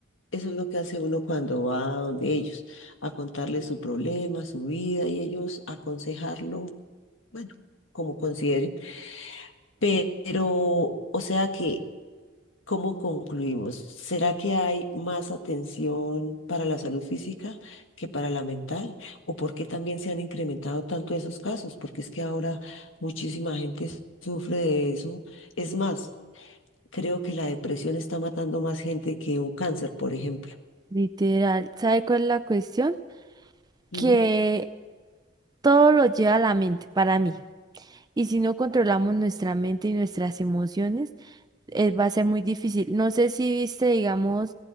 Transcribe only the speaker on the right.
literal. ¿Sabe cuál es la cuestión?
Que todo lo lleva a la mente para mí. Y si no controlamos nuestra mente y nuestras emociones, eh, va a ser muy difícil. No sé si viste, digamos,